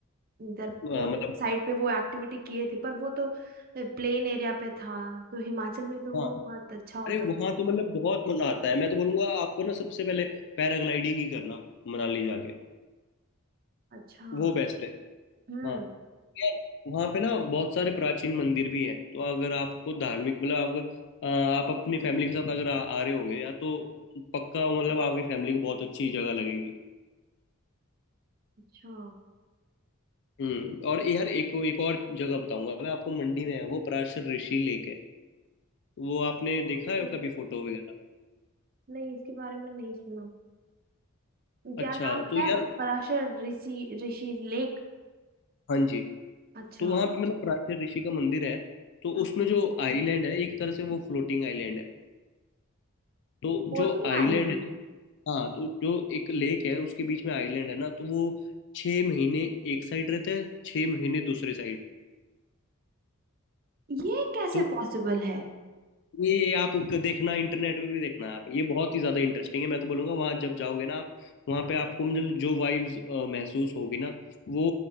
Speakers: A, on the right; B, on the left.
A: इधर
B: अ,
A: पुणे
B: मतलब
A: के साइड पे वो एक्टिविटी किए थे पर वो तो प्लेन एरिया पे था तो हिमाचल में तो
B: हाँ
A: वो बहुत अच्छा होता
B: अरे
A: था
B: वहां तो मतलब बहुत मजा आता है मैं तो बोलूंगा आपको ना सबसे पहले पैराग्लाइडिंग ही करना मनाली जाके
A: अच्छा
B: वो बेस्ट है
A: हम्म
B: हाँ यार वहाँ पे ना बहुत सारे प्राचीन मंदिर भी हैं तो अगर आपको धार्मिक मतलब आप आ, आप अपनी फैमिली के साथ अगर आ, आ रहे होंगे या तो पक्का मतलब आपकी फैमिली को बहुत अच्छी जगह लगेगी
A: अच्छा
B: हम्म और यार एक एक और जगह बताऊंगा मैं आपको मंडी में है वो पराशर ऋषि लेक है वो आपने देखा है
A: ओ,
B: कभी फोटो वगैरह
A: नहीं इसके बारे में नहीं सुना क्या
B: अच्छा
A: नाम पता
B: तो यार
A: है पराशर ऋषि ऋषि लेक
B: हाँ जी
A: अच्छा
B: तो वहाँ पे मतलब पराशर ऋषि का मंदिर है तो
A: हाँ
B: उसमें जो आइलैंड है एक तरह से वो फ्लोटिंग आइलैंड है तो
A: कोटिंग
B: जो आइलैंड
A: आइलैंड
B: है तो हाँ तो जो एक लेक है उसके बीच में आइलैंड है ना तो वो छः महीने एक साइड रहता है छः महीने दूसरे साइड
A: ये कैसे
B: तो
A: पॉसिबल है
B: ये आप क- देखना इंटरनेट पे भी देखना आप ये बहुत ही ज़्यादा इंटरेस्टिंग है मैं तो बोलूँगा वहाँ जब जाओगे ना आप वहाँ पे आपको मतलब जो वाइब्स महसूस होगी ना वो